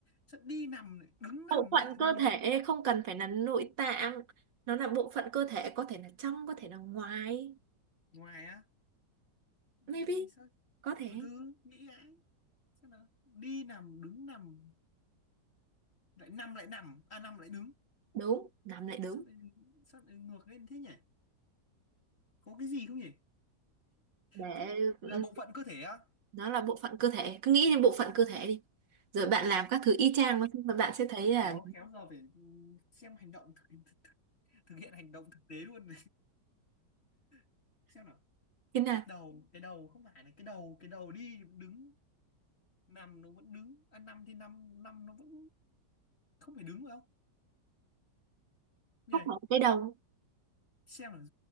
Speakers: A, on the left (about 35°); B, on the right (about 80°).
A: sao đi nằm lại đứng nằm
B: bộ phận
A: lại ngồi
B: cơ thể không cần phải là nội tạng nó là bộ phận cơ thể có thể là trong có thể là ngoài
A: ngoài á Nghĩ
B: maybe
A: sao
B: có thể
A: từ từ nghĩ lại sao nào đi nằm đứng nằm lại nằm lại nằm à nằm lại đứng
B: đúng nằm lại đứng
A: sao lại sao lại ngược lên thế nhỉ có cái gì không nhỉ
B: để
A: Chứ-
B: ừ,
A: là bộ phận cơ thể á
B: nó là bộ phận cơ thể cứ nghĩ đến bộ phận cơ thể đi rồi bạn làm các thứ y chang nó, bạn sẽ thấy là
A: khéo
B: <laughs>
A: khéo giờ phải ừ, xem hành động thực, thực hiện hành động thực tế luôn <laughs> xem nào
B: thế nào
A: cái đầu cái đầu không phải là cái đầu cái đầu đi đứng nằm nó vẫn đứng à, năm thì năm năm nó vẫn không phải đứng phải không nhỉ
B: không phải cái đầu
A: xem là